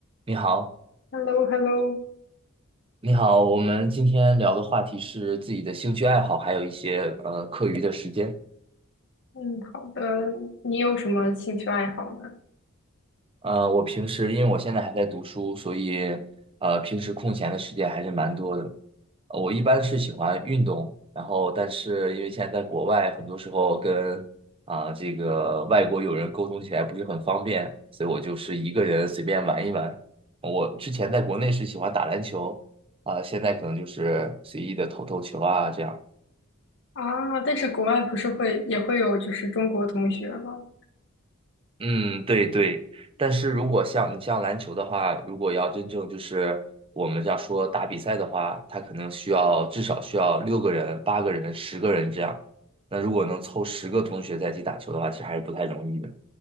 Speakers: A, on the right; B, on the left.
A: 你好，
B: h e l l o h e l l o
A: 你好，我们今天聊的话题是自己的兴趣爱好，还有一些呃课余的时间。
B: 嗯，好的。你有什么兴趣爱好呢？
A: 呃，我平时因为我现在还在读书，所以呃平时空闲的时间还是蛮多的。呃我一般是喜欢运动，然后但是因为现在在国外，很多时候跟啊、这个外国友人沟通起来不是很方便，所以我就是一个人随便玩一玩。我之前在国内是喜欢打篮球，啊、现在可能就是随意的投投球啊这样。
B: 啊，但是国外不是会也会有就是中国同学吗？
A: 嗯，对对，但是如果像你像篮球的话，如果要真正就是我们这样说打比赛的话，它可能需要至少需要六个人、八个人、十个人这样。那如果能凑十个同学在一起打球的话，其实还是不太容易的。